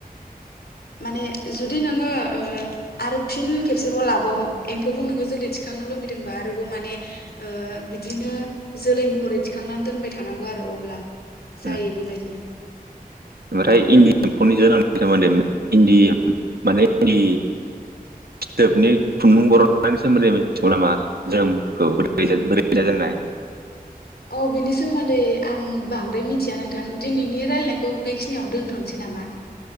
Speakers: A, on the left; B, on the right.
A: माने जुदि नोङो ओ आरो फिन खेबसेबाव लाबाव एम्फौखौ नोङो जोलै थिखांनो लुबैदोंबा आरोबाव माने ओ बिदिनो जोलै महरै थिखांनानै दोनबाय थानांगौ आरो अब्ला जायो
B: उम
A: बेबायदिनो
B: ओमफ्राय इन्दि एम्फौनि जोनोमनि सोमोन्दै इन्दि माने इन्दि फिथोबनि खुन्दुं बर नि सोमोन्दै मिथिगौ नामा जोमखौ बोरै जोंनाय?
A: अ बिनि सोमोन्दै आं बांद्राय मिथिया नोंथां दिनैनि रायजलायनायखौ बेखिनियावनो दोनथनोसै नामा?